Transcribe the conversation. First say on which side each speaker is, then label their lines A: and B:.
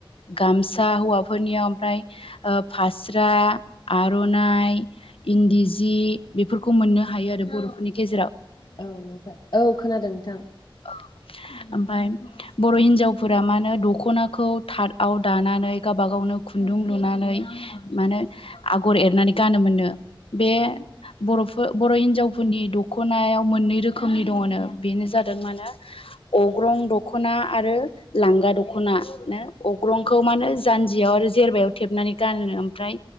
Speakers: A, on the left; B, on the left.
A: गामसा हौवाफोरनियाव ओमफ्राय फास्रा, आरनाइ इन्दि सि बेफोरखौ मोननो हायो आरो बर'फोरनि गेजेराव।
B: औ नोंथां औ खोनादों नोंथां।
A: औ ओमफाय बर' हिनजावफोरा मा होनो दख'नाखौ थादआव दानानै गावबा गावनो खुन्दुं लुनानै माने आगर एरनानै गानोमोननो बे बर'फो बर' हिनजावफोरनि दख'नायाव मोननै रोखोमनि दङ'नो बेनो जादों मा नो अग्रं दख'ना आरो लांगा दख'ना नो, अग्रंखौ खौ मा नो जानजियाव आरो जेरबायायाव थेबनानै गानोनो ओमफ्राय